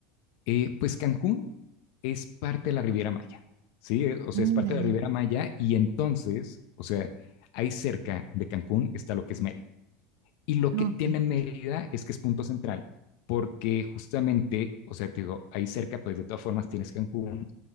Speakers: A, on the left (about 65°); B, on the right (about 70°).
A: eh, pues Cancún es parte de la Riviera Maya, ¿sí? Eh, O sea,
B: Mm,
A: es parte
B: ya,
A: de
B: ya,
A: la Riviera Maya y entonces, o sea, ahí cerca de Cancún está lo que es Mérida. Y lo que
B: Ok.
A: tiene Mérida es que es punto central, porque justamente, o sea, te digo, ahí cerca, pues de todas formas tienes Cancún,